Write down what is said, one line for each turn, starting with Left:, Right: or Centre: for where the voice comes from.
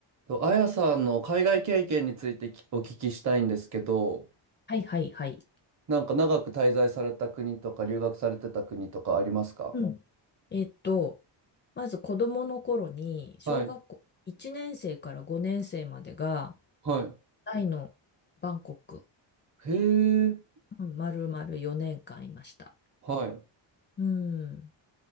Right: と、あやさんの海外経験についてきお聞きしたいんですけど、
Left: はいはいはい。
Right: なんか長く滞在された国とか留学されてた国とかありますか
Left: うん。えっと、まず子供の頃に、小学校1年生から5年生までが、
Right: はい、は
Left: タイのバンコク、
Right: い。へえ、
Left: うん、丸々4年間いました。
Right: はい。
Left: うん。